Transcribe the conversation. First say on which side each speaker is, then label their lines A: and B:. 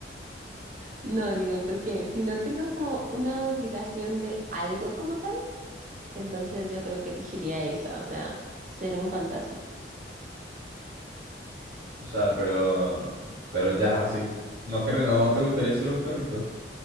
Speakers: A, on the right; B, on the right.
A: No, digo, porque si no tengo como una obligación de algo como tal, entonces yo creo que elegiría esa, o sea, ser un fantasma.
B: O sea, pero, pero ya, así. No creo, no te gustaría ser un perrito.